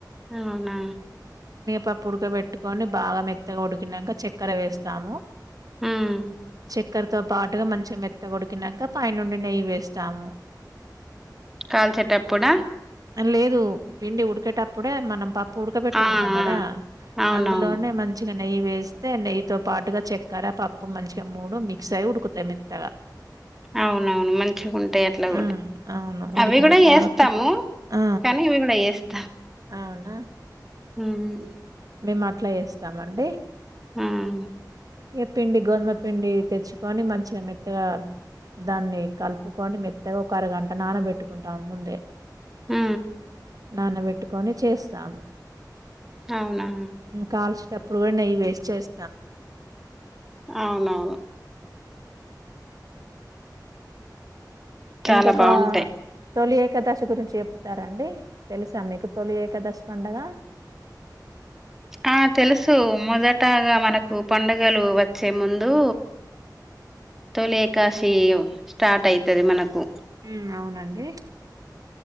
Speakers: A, in the centre; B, on the right (about 55°).
A: అవునా
B: పప్పుడక వెట్టుకొని బాగా మెత్తగా ఉడికినంక చెక్కర వేస్తాము
A: ఉమ్
B: చెక్కరతో పాటుగా మంచిగ మెత్తగ ఉడికినంక పైనుండి నెయ్యి వేస్తాము
A: కాల్చేటప్పుడా
B: లేదు పిండి ఉడికేటప్పుడే మనం ప ప్పుడక వెట్టుకుంటాం
A: ఆ
B: గదా
A: ఆ అవునవును
B: అందులోనే మంచిగ నెయ్యి వేస్తే నెయ్యితో పాటుగా చె చెక్కర పప్పు మంచిగ మూడు మిక్స్ అయి ఉడుకుతయ్ మెత్తగా
A: అవునవును మంచిగుంటయి అట్ల
B: హ్మ్.
A: గూడా
B: అవును. ఉడికిన
A: అవి గూడా
B: తర్వాత
A: చేస్తము
B: ఆ!
A: కానీ ఇవి గూడా చేస్తం
B: అవునా
A: హ్మ్
B: మేము అట్ల చేస్తామండి
A: ఆహ్
B: ఈ పిండి గోధుమ పిండి తెచ్చుకొని మంచిగ మె త్తగా దాన్ని కలుపుకొని మెత్తగా ఒక అరగంట నానబెట్టుకుంటాం ముందే
A: మ్
B: నానవెట్టుకొని చేస్తాను
A: అవునా
B: కాల్చిన అపుడు గూడ నెయ్యి వేసి చేస్తాను
A: అవునవును చాలా
B: ఇంకోక
A: బాగుంటాయి
B: తొలిఏక్ ఏకాదశి గురించి చెప్తారండి తెలుసా మీకు తొలి ఏకాదశి పండగా
A: ఆ తెలుసు మొదటగా మనకు పండగలు వచ్చే ముందూ తొలేకాశి స్టార్ట్ అయితది మనకు
B: ఉమ్ అవునండి